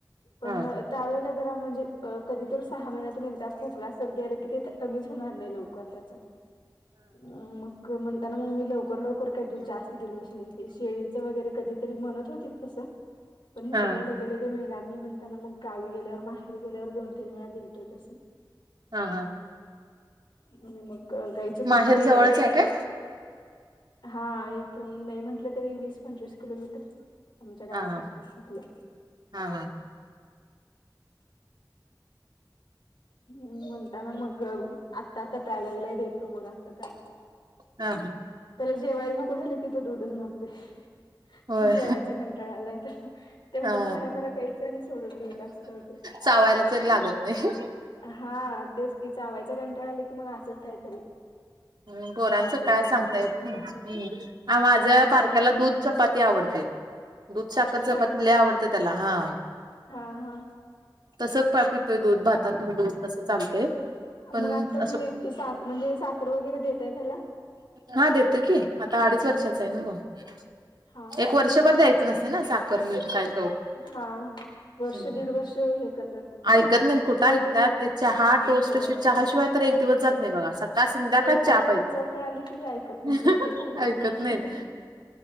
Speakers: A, on the left (about 85°); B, on the right (about 65°).
A: पण
B: हा
A: त्यावेळेला जरा म्हणजे अं कधीतर सहा महिन्यातून एकदा खोकला सर्दी आली की ते कमीच होणार नाही लवकर त्याचं हा मग म्हणताना मग मी लवकर, लवकर काय दूध जास्त दिलोच नाही ते शेळीचं वगैरे कधी तरी म्हणत होतीत तसं पण इथं
B: हा
A: काय लगे हे मिळणार नाही म्हणताना मग गावी गेल्यावर माहेरी गेल्यावर दोन, तीन वेळा दिलत तसं
B: हा हा.
A: आणि मग गाईचं दूध
B: माहेर
A: काय
B: जवळच आहे काय?
A: हा इथून नाही म्हंटलं तरी वीस, पंचवीस किलोमीटर आमच्या गावापासून
B: हा हा
A: इथल्या
B: हा.
A: हम् म्हणता ना मग अं आत्ता आता प्यायला लागलाय देतो मग आता त्याला
B: हा.
A: त्याला जेवायला नको झालं की तो दूधच मागतोय.
B: होय
A: जेवायचा कंटाळा आलाय आता तेवढंच
B: हा
A: भराभरा प्यायचं आणि सोडून दयायचं असं करतोय
B: चावायला तर लागत नाही
A: हा तेच कि, चावायचा कंटाळा आला की मग असंच काहीतरी
B: हम्म पोरांचं
A: पातळ
B: काय
A: काहीतरी
B: सांगता
A: मागतोय
B: येत नाही, आ माझ्या
A: हो
B: बारक्याला दूध चपाती आवडते. दुध, साखर, चपाती
A: होय
B: लय आवडत्या त्याला हा
A: हा हा
B: तसंच पा पितोय दूध भातातनं दूध तसं चालतंय पण
A: मग आत्ता
B: असं
A: तुम्ही सा म्हणजे साखर वगैरे देताय त्याला
B: हा देतेय की, आता अडीच वर्षाचा आहे ना तो
A: हा हा
B: एक वर्षभर द्यायचं नसत है ना साखर, मीठ काय तो
A: हा वर्ष,
B: हम्म.
A: दीड वर्ष हे करतात
B: ऐकत नाहीत
A: मी
B: कुठं
A: गुळ
B: ऐकतात
A: तेन
B: ते चहा टोस्ट
A: होय
B: असे चहा शिवाय तर एक दिवस जात नाही बघा सकाळ, संध्याकाळ
A: काय
B: चहा
A: त्यांना चव कळाली की ऐकत
B: पाहिजे
A: नाहीत मग ते पाहिजेच
B: ऐकत
A: म्हणून
B: नाहीत
A: बसतात